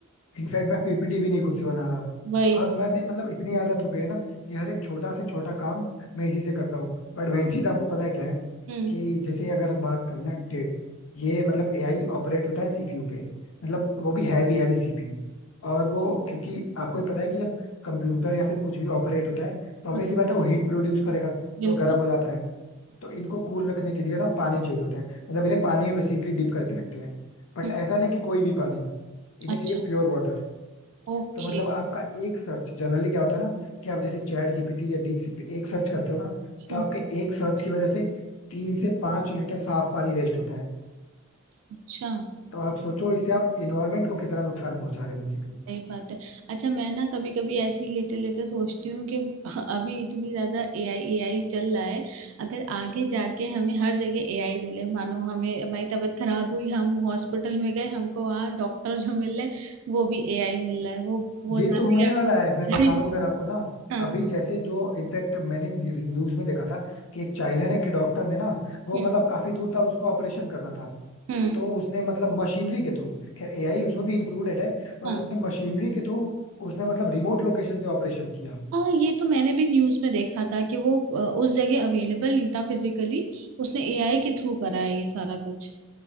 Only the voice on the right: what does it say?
<laughs> वही
हम्म
हाँ,
बिल्कुल
हम्म
अच्छा
ओके
हम्म
अच्छा
सही बात है अच्छा मैं ना कभी कभी ऐसे ही लेटे लेटे सोचती हूँ कि <laughs> अभी इतनी ज्यादा एआई एआई चल रहा है अगर आगे जाके हमें हर जगह एआई मिले मानो हमें हमारी तबीयत खराब हुई हम हॉस्पिटल में गए हमको वहाँ डॉक्टर जो मिल रहे हैं वो भी एआई मिल रहा है वो वो
जाते
ही आप-
<laughs>
हाँ
हम्म
हम्म
हाँ
हाँ ये तो मैंने भी न्यूज में देखा था कि वो अ, उस जगह अवेलेबल नहीं था फिजिकली उसने एआई के थ्रू करा है ये सारा कुछ